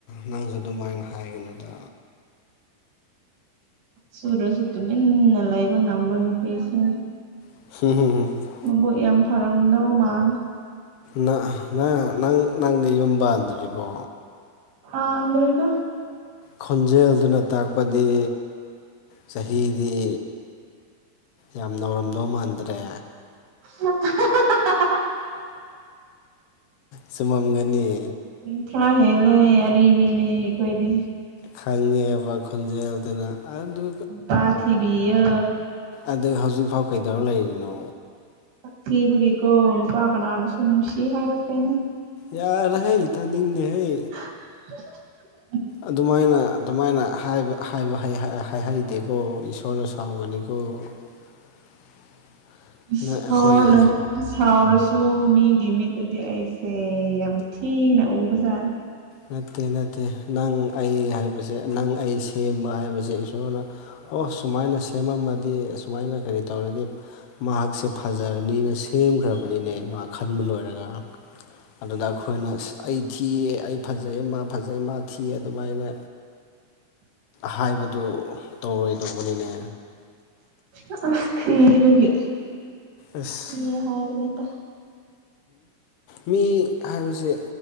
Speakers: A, on the left; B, on the right.
A: ꯅꯪꯁꯨ ꯑꯗꯨꯃꯥꯏꯅ ꯍꯥꯏꯒꯅꯣꯗ
B: ꯁꯨꯗꯔ꯭ꯁꯨ ꯇꯨꯃꯤꯟꯅ ꯂꯩꯕ ꯉꯝꯕ ꯅꯨꯄꯤꯁꯦ
A: <unintelligible>
B: ꯃꯕꯨꯛ ꯌꯥꯝ ꯐꯔꯝꯗꯧ ꯃꯥꯜꯂꯦ
A: ꯅ ꯅꯪ ꯅꯪ ꯅꯪꯗꯤ ꯌꯨꯝ ꯄꯥꯟꯗ꯭ꯔꯤꯕꯣ
B: ꯄꯥꯟꯗ꯭ꯔꯤꯗ
A: ꯈꯣꯟꯖꯦꯜꯗꯨꯅ ꯇꯥꯛꯄꯗꯤ ꯆꯍꯤꯗꯤ ꯌꯥꯝ ꯅꯧꯔꯝꯗꯧ ꯃꯟꯗ꯭ꯔꯦ
B: <unintelligible>
A: ꯁꯨꯃꯝꯒꯅꯤ
B: ꯀꯨꯟꯇꯔꯥ ꯍꯦꯂꯦ ꯑꯔꯤꯕꯤꯅꯦ ꯑꯩꯈꯣꯏꯗꯤ
A: ꯈꯪꯉꯦꯕ ꯈꯣꯟꯖꯦꯜꯗꯅ ꯑꯗꯨ
B: ꯅꯨꯄꯥ ꯊꯤꯕꯤꯌꯣ
A: ꯑꯗꯩ ꯍꯧꯖꯤꯛꯐꯥꯎ ꯀꯩꯗꯧꯔ ꯂꯩꯔꯤꯅꯣ
B: ꯊꯤꯕꯒꯤꯀꯣ ꯅꯨꯄꯥ ꯀꯥꯅꯁꯨ ꯅꯨꯡꯁꯤ ꯍꯥꯏꯔꯛꯇꯦꯅꯦ
A: ꯌꯥꯔꯍꯩ ꯇꯥꯅꯤꯡꯗꯦꯍꯦ
B: <unintelligible>
A: ꯑꯗꯨꯃꯥꯏꯅ ꯑꯗꯨꯃꯥꯏꯅ ꯍꯥꯏꯕ ꯍꯥꯏꯍꯩꯗꯦꯀꯣ ꯏꯁꯣꯔꯅ ꯁꯥꯎꯒꯅꯤꯀꯣ <unintelligible>
B: ꯏꯁ
A: ꯅꯪ ꯑꯩꯈꯣꯏ
B: ꯏꯁꯣ ꯁꯥꯎꯔꯁꯨ ꯃꯤꯒꯤ ꯃꯤꯠꯇꯗꯤ ꯑꯩꯁꯦ ꯌꯥꯝ ꯊꯤꯅ ꯎꯕꯖꯥꯠꯅꯤ
A: ꯅꯠꯇꯦ ꯅꯠꯇꯦ ꯅꯪ ꯑꯩ ꯍꯥꯏꯕꯁꯦ ꯅꯪ ꯑꯩ ꯁꯦꯝꯕ ꯍꯥꯏꯕꯁꯦ ꯏꯁꯣꯔꯅ ꯑꯣ ꯁꯨꯃꯥꯏꯅ ꯁꯦꯝꯃꯝꯃꯗꯤ ꯑꯨꯃꯥꯏꯅ ꯀꯔꯤ ꯇꯧꯔꯗꯤ ꯃꯍꯥꯛꯁꯦ ꯐꯖꯔꯅꯤꯅ ꯁꯦꯝꯈ꯭ꯔꯕꯅꯤꯅꯦ ꯃꯥ ꯈꯟꯕ ꯂꯣꯏꯔꯒ ꯑꯗꯨꯗ ꯑꯩꯈꯣꯏꯅ ꯑꯩ ꯊꯤꯌꯦ ꯑꯩ ꯐꯖꯩ ꯃꯥ ꯐꯖꯩ ꯃꯥ ꯊꯤ ꯑꯗꯨꯃꯥꯏꯅ ꯍꯥꯏꯕꯗꯨ ꯇꯧꯔꯣꯏ ꯗꯧꯕꯅꯤꯅꯦ
B: ꯑꯁ ꯊꯤ ꯍꯒꯦ
A: ꯑꯁ
B: ꯊꯤꯌꯦ ꯍꯥꯏꯕꯅꯦꯗ
A: ꯃꯤ ꯍꯥꯏꯕꯁꯦ